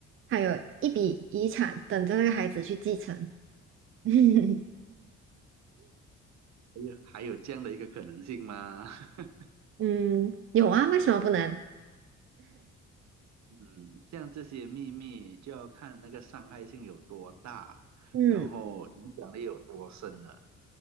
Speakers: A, on the right (about 45°); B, on the right (about 65°).
A: 还有一笔遗产等着那个孩子去继承。<laughs>
B: 哎呀，还有这样的一个可能性吗？<laughs>
A: 嗯，有啊，为什么不能？
B: 嗯，像这些秘密就要看那个伤害性有多大，
A: 嗯。
B: 然后影响力有多深了。